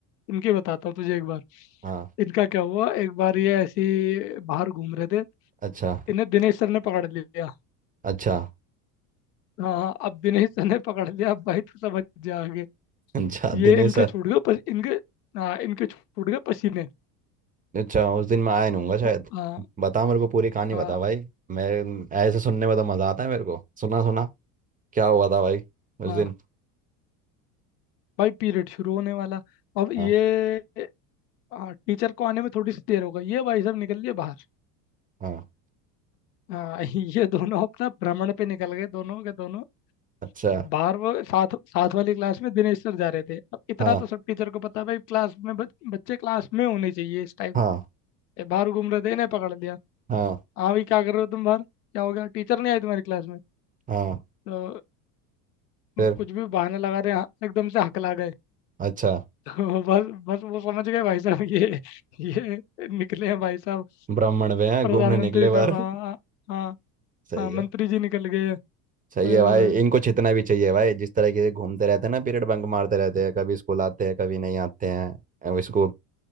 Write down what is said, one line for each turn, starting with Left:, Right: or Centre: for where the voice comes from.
Left: इनकी बताता हूँ तुझे एक बार
Right: हाँ
Left: इनका क्या हुआ एक बार ये ऐसी बाहर घूम रहे थे
Right: अच्छा
Left: इन्हें दिनेश सर ने पकड़ लिया
Right: अच्छा
Left: हाँ अब दिनेश सर ने पकड़ लिया अब भाई तू समझ जा आगे
Right: अच्छा
Left: ये
Right: दिनेश
Left: इनके
Right: सर
Left: छूट गए पस, इनके हाँ इनके छूट गए पसीने
Right: अच्छा उस दिन मैं आया नहीं हूँगा शायद
Left: तो, हाँ
Right: बता मेरे को पूरी कहानी
Left: हाँ
Right: बता भाई मैं ऐसे सुनने में तो मज़ा आता है मेरे को सुना सुना क्या हुआ था भाई उस
Left: हाँ
Right: दिन
Left: भाई पीरियड शुरू होने वाला अब ये
Right: हाँ
Left: हाँ टीचर को आने में थोड़ी सी देर हो गई ये भाई साहब निकल लिए बाहर
Right: हाँ
Left: हाँ <laughs> ये दोनों अपना भ्रमण पे निकल गए दोनों के दोनों
Right: अच्छा
Left: बारहवीं साथ साथ वाली क्लास में दिनेश सर जा रहे थे अब इतना
Right: हाँ
Left: तो सब टीचर को पता है भाई क्लास में बच, बच्चे क्लास में होने चाहिए इस टाइम
Right: हाँ
Left: बाहर घूम रहे थे इन्हें पकड़ लिया
Right: हाँ
Left: हाँ भाई क्या कर रहे हो तुम बाहर क्या हो गया टीचर नहीं आई तुम्हारी क्लास में
Right: हाँ
Left: तो
Right: फिर
Left: कुछ भी बहाना लगा रहे हाँ, एकदम से हकला गए
Right: अच्छा
Left: <laughs> तो बस बस वो समझ गए भाई साहब ये ये निकले हैं भाई साहब
Right: ब्राह्मण वे हैं
Left: प्रधानमंत्री
Right: घूमने निकले
Left: साहब
Right: बाहर
Left: हाँ हाँ हाँ
Right: <laughs> सही
Left: हाँ, मंत्री
Right: है
Left: जी निकल गए हैं। तो,
Right: सही है भाई इनको छितना भी चाहिए भाई जिस तरह के घूमते रहते हैं ना पीरियड बंक मारते रहते हैं कभी स्कूल आते हैं कभी नहीं आते हैं अब इसको